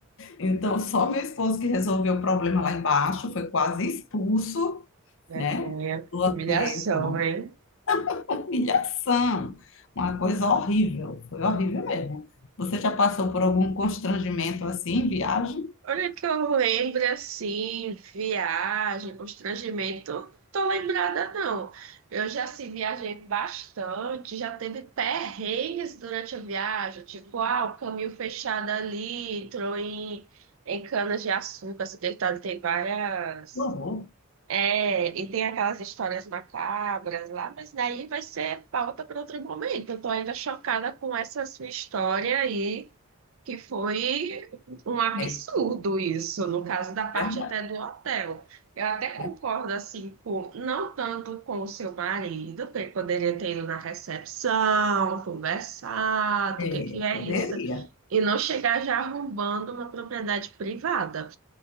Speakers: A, on the left; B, on the right.
A: Então, só meu esposo que resolveu o problema lá embaixo, foi quase expulso,
B: vergonha,
A: né? Do hotel.
B: que humilhação,
A: Foi uma
B: hein?
A: humilhação, uma coisa horrível. Foi horrível mesmo. Você já passou por algum constrangimento assim em viagem?
B: Olha que eu lembro assim, viagem, constrangimento, tô tô lembrada não. Eu já se viajei bastante, já teve perrengues durante a viagem, tipo, ah, o caminho fechado ali, entrou em, em cana de açúcar, essa detalhe tem várias.
A: Que horror.
B: É, e tem aquelas histórias macabras lá, mas daí vai ser pauta para outro momento. Eu tô ainda chocada com essa sua história aí, que foi um absurdo
A: É,
B: isso, no caso da parte
A: né?
B: até do hotel. Eu até concordo,
A: né?
B: assim, com, não tanto com o seu marido, que ele poderia ter ido na recepção, conversado,
A: É,
B: o que que é
A: poderia.
B: isso, e não chegar já arrombando uma propriedade privada.